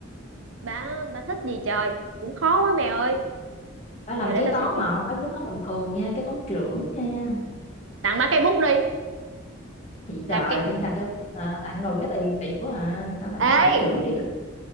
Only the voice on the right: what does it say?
bả bả thích gì trời cũng khó quá mày ơi
giờ
để tao
suy nghĩ
tặng bả cây bút đi
làm
cây
Ê,